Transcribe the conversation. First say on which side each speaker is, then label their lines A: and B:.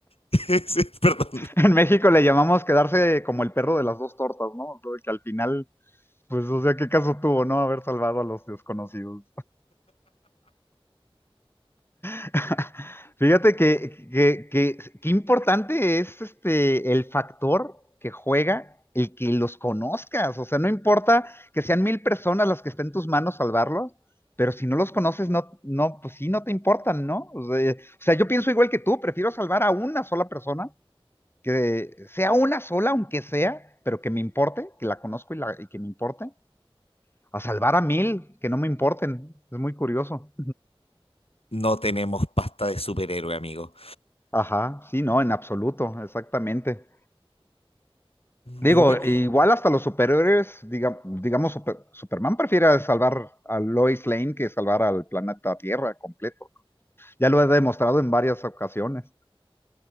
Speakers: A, on the left (about 80°); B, on the left (about 25°).
A: <laughs> Perdón.
B: En México le llamamos quedarse como el perro de las dos tortas, ¿no? O sea, que al final, pues, o sea, ¿qué caso tuvo, no? Haber salvado a los desconocidos. <laughs> Fíjate que, que, que, qué importante es este el factor que juega el que los conozcas. O sea, no importa que sean mil personas las que estén en tus manos salvarlos, pero si no los conoces, no, no, pues sí, no te importan, ¿no? O sea, o sea, yo pienso igual que tú, prefiero salvar a una sola persona que sea una sola, aunque sea, pero que me importe, que la conozco y, la, y que me importe, a salvar a mil, que no me importen. Es muy curioso.
A: No tenemos pasta de superhéroe, amigo.
B: Ajá, sí, no, en absoluto, exactamente. Digo,
A: No, pero-
B: igual hasta los superhéroes, diga- digamos, super- Superman prefiere salvar a Lois Lane que salvar al planeta Tierra completo. Ya lo he demostrado en varias ocasiones.